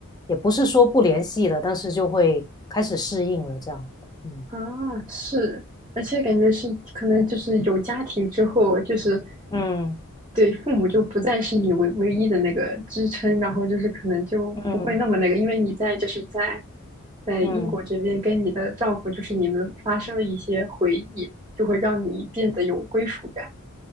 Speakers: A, on the left; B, on the right.
A: 也不是说不联系了，但是就会开始适应了这样。嗯
B: 啊，是，而且感觉是可能就是有家庭之后，就是
A: 嗯
B: 对父母就不再是你唯唯一的那个支撑，然后就是可能就不会那么那个，
A: 嗯
B: 因为你在就是在在英国这边跟你的丈夫，
A: 嗯。
B: 就是你们发生了一些回忆，就会让你变得有归属感。